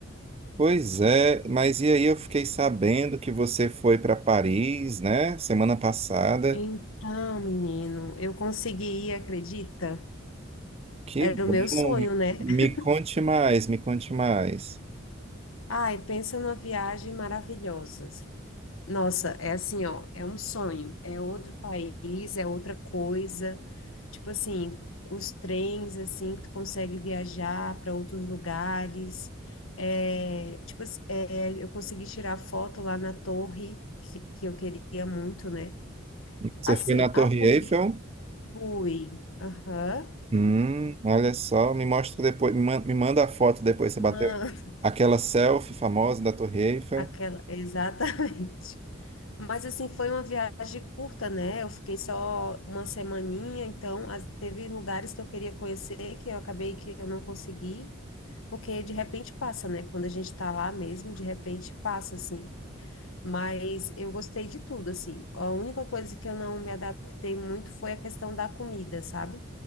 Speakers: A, on the right; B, on the left.
A: Pois é, mas e aí eu fiquei sabendo que você foi para Paris, né? Semana passada.
B: Então, menino, eu consegui ir, acredita?
A: Que
B: Era
A: bom.
B: o meu sonho,
A: Me
B: né?
A: me
B: <laughs>
A: conte mais, me conte mais.
B: Ai, pensa numa viagem maravilhosa. Nossa, é assim, ó, é um sonho, é outro país, é outra coisa. Tipo assim, os trens, assim, que tu consegue viajar para outros lugares. É, tipo, ass- é, eu consegui tirar foto lá na torre, que, que eu queria muito, né?
A: Você
B: Assim,
A: foi na Torre
B: a Cumbi
A: Eiffel?
B: fui. Aham.
A: Hum, olha só, me mostra depois, me man- me manda a foto depois, você
B: Mano,
A: bateu aquela selfie famosa da Torre Eiffel.
B: <laughs> aquela, exatamente. Mas assim, foi uma viagem curta, né? Eu fiquei só uma semaninha, então as- teve lugares que eu queria conhecer que eu acabei que eu não consegui, porque de repente passa, né? Quando a gente tá lá mesmo, de repente passa, assim. Mas eu gostei de tudo, assim. A única coisa que eu não me adaptei muito foi a questão da comida, sabe?